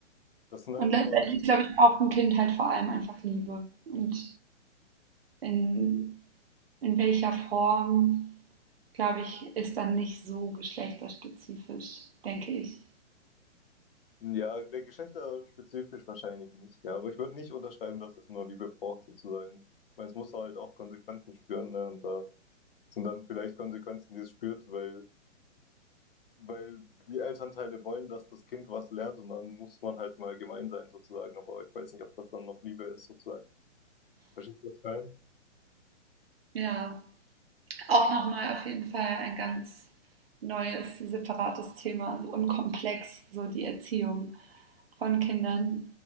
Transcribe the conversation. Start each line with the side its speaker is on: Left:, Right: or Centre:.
Left: Das sind halt
Right: Und letztendlich,
Left: immer, das sind
Right: glaube ich, braucht ein Kind halt vor allem einfach Liebe. Und in, in welcher Form glaube ich, ist dann nicht so geschlechterspezifisch, denke ich.
Left: Ja, gleich geschlechterspezifisch wahrscheinlich nicht. Ja, aber ich würde nicht unterschreiben, dass es nur Liebe braucht, sozusagen. Ich meine, es muss halt auch Konsequenzen spüren, ne? Und da sind dann vielleicht Konsequenzen, die es spürt, weil, weil die Elternteile wollen, dass das Kind was lernt und dann muss man halt mal gemein sein, sozusagen. Aber ich weiß nicht, ob das dann noch Liebe ist, sozusagen. Verstehst du das
Right: Ja, auch nochmal auf jeden Fall ein ganz neues, separates Thema und komplex, so die Erziehung von Kindern.